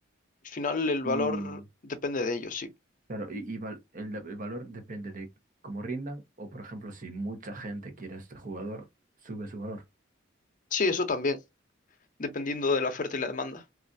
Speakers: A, on the left; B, on the right.
A: Al final el valor
B: Y
A: depende de ellos, sí.
B: claro, y, y val- el, el valor depende de cómo rindan o, por ejemplo, si mucha gente quiere a este jugador, sube su valor.
A: Sí, eso también, dependiendo de la oferta y la demanda.